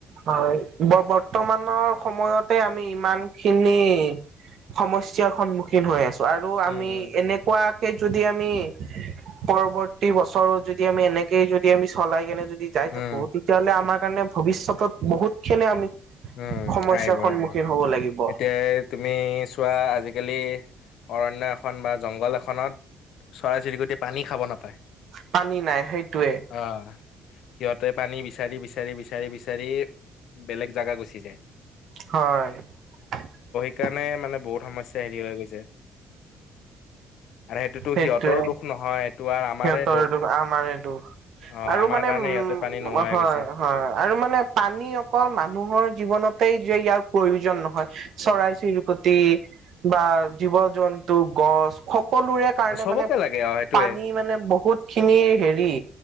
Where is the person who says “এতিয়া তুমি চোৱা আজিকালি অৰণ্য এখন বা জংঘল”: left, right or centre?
Left